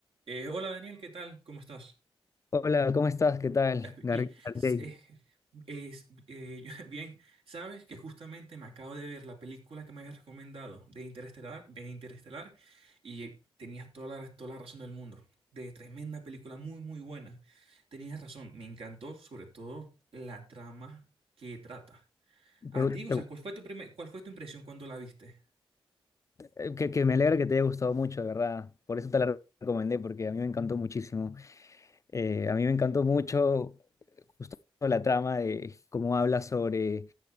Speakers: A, on the right (about 70°); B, on the left (about 30°).
A: Eh, hola Daniel, ¿qué tal? ¿Cómo estás?
B: Hola, ¿cómo estás? ¿Qué tal?
A: Ya,
B: Gar-
A: bien,
B: García?
A: s-
B: Te-
A: eh, es- eh, <laughs> yo- bien, sabes que justamente me acabo de ver la película que me habías recomendado de Interestelar, de Interestelar y eh, tenías toda la, toda la razón del mundo. De tremenda película, muy, muy buena. Tenías razón, me encantó sobre todo la trama que trata. A
B: gu-
A: ti, o
B: te-
A: sea,
B: gu-
A: ¿cuál fue tu primer- cuál fue tu impresión cuando la viste?
B: eh, que, que me alegra que te haya gustado mucho, de verdad. Por eso te la recomendé, porque a mí me encantó muchísimo. Eh, a mí me encantó mucho justo la trama de cómo habla sobre